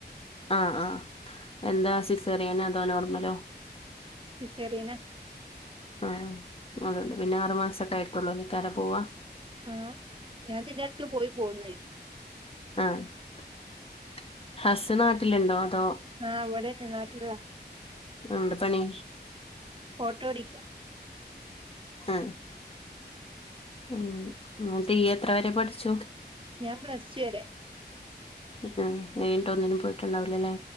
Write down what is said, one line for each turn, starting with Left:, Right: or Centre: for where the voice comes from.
Left: ആഹ് ആഹ് എന്താ സിസെറിയനോ അതോ നോർമലോ
Right: സിസെറിയനാ
Left: ആഹ്. അതോണ്ട് പിന്നെ ആറുമാസൊക്കെ ആയിട്ടുള്ളു ക്കേരം പോവാ?
Right: ആഹ് ഞാൻ ഇതിന്റെ എടക്ക് പോയി പോന്ന്
Left: ആഹ്ഹസ് നാട്ടിലുണ്ടോ അതോ
Right: ആഹ് ഇവിടെഞ്ഞെ നാട്ടിലാ
Left: എന്ത പണി
Right: ഓട്ടോ ഓടിക്കാ
Left: ആ ഇങ്ങട്ട് ഇയ്യ് എത്ര വരെ പഠിച്ചു
Right: ഞാൻ പ്ലസ്ടു വരെ
Left: ഉം മ് വീണ്ടും ഒന്നിനും പോയിട്ടുണ്ടാവില്ലല്ലെ